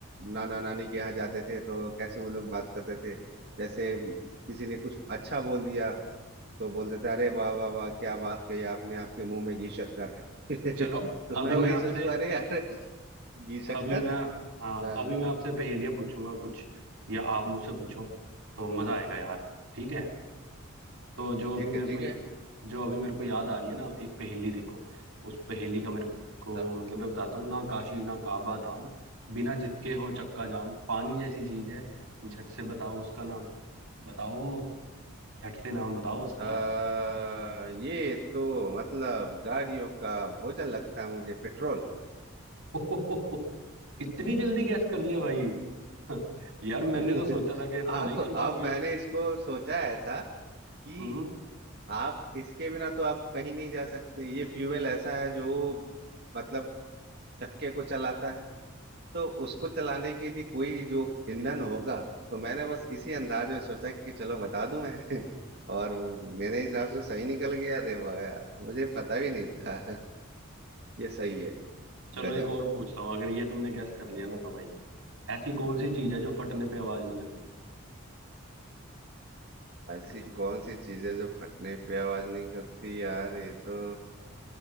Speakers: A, on the right; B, on the right.
A: नाना नानी के यहाँ जाते थे तो कैसे वो लोग बात करते थे जैसे म, किसी ने कुछ अच्छा बोल दिया तो बोलते थे अरे वाह वाह वाह क्या बात कही आपने आपके मुंह में घी शक्कर <laughs>
B: चलो
A: तो
B: अभी
A: मैं वही
B: मैं आपसे
A: सोचू अरे यार घी शक्कर
B: अभी मैं हाँ
A: हाँ
B: अभी मैं आपसे पहेलियां पूछूंगा कुछ या आप मुझसे पूछो तो मजा आएगा यार ठीक है तो जो
A: ठीक
B: अभी मेरे
A: है ठीक
B: को
A: है
B: जो अभी मेरे को याद आ रही है ना एक पहेली देखो उस पहेली का मेरे को
A: बताओ
B: मतलब मैं बताता हूँ ना काशी ना काबा धाम बिना जिसके हो चक्का जाम पानी जैसी चीज है झट से बताओ उसका नाम बताओ झट से नाम बताओ उसका
A: आ, ये तो मतलब गाड़ियों का भोजन लगता है मुझे पेट्रोल
B: <laughs> इतनी जल्दी गैस कर लिया भाई <laughs> यार मैंने
A: <laughs>
B: तो सोचा था कि तुम
A: आप
B: नहीं कर पाओगे
A: आप मैंने इसको सोचा है ऐसा कि
B: हम्म
A: आप इसके बिना तो आप कहीं नहीं जा सकते ये फ्यूल ऐसा है जो मतलब चक्के को चलाता है तो उसको चलाने के लिए कोई जो ईंधन होगा तो मैंने बस इसी अंदाज में सोचा कि चलो बता दूं मैं <laughs> और मेरे हिसाब से सही निकल गया अरे वाह यार मुझे पता भी नहीं था <laughs> ये सही है
B: चलो
A: गजब
B: एक और पूछता हूँ अगर ये तुमने गैस कर लिया ना तो भाई ऐसी कौन सी चीज है जो फटने पे आवाज नहीं करती
A: ऐसी
B: ऐसी
A: कौन सी चीज है जो फटने पे आवाज नहीं करती यार ये तो